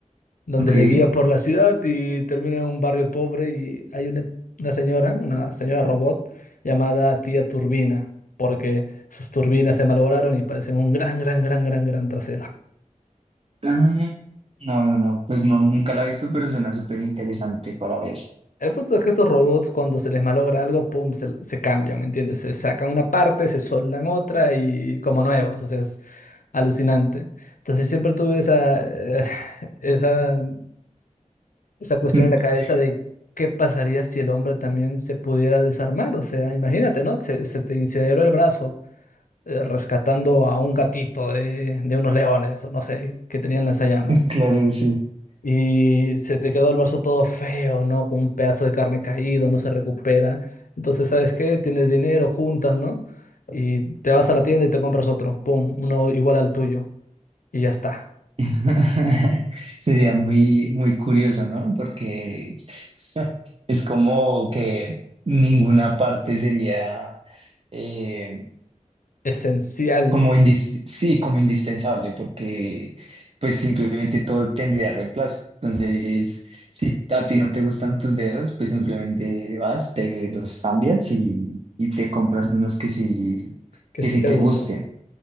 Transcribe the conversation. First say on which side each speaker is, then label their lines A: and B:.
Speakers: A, on the left; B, on the right.
A: donde
B: Ok.
A: le guía por la ciudad y termina en un barrio pobre y hay una, una señora, una señora robot llamada tía Turbina, porque sus turbinas se malograron y parecen un gran, gran, gran, gran, gran trasero.
B: Ah, no, no, no. Pues no, nunca la he visto, pero suena súper interesante para ver.
A: El punto es que estos robots, cuando se les malogra algo, pum, se, se cambian, ¿me entiendes? Se sacan una parte, se soldan otra y como nuevos, o sea, es alucinante. Entonces siempre tuve esa, eh, esa, esa cuestión
B: <laughs>
A: en la cabeza de qué pasaría si el hombre también se pudiera desarmar, o sea, imagínate, ¿no? Se, se te incineró el brazo eh, rescatando a un gatito de, de unos leones, o no sé, que tenían lanzallamas.
B: Claro, sí.
A: Y se te quedó el brazo todo feo, ¿no? Con un pedazo de carne caído, no se recupera. Entonces, ¿sabes qué? Tienes dinero, juntas, ¿no? Y te vas a la tienda y te compras otro. Pum, uno igual al tuyo. Y ya está.
B: <laughs> Sería muy, muy curioso, ¿no? Porque <laughs> es como que ninguna parte sería... eh,
A: Esencial
B: Como indis- sí, como indispensable, porque pues simplemente todo tendría reemplazo. Entonces, si a ti no te gustan tus dedos, pues simplemente vas, te los cambias y, y te compras unos que sí,
A: que
B: que
A: sí
B: sí
A: te
B: te
A: gustó.
B: gusten.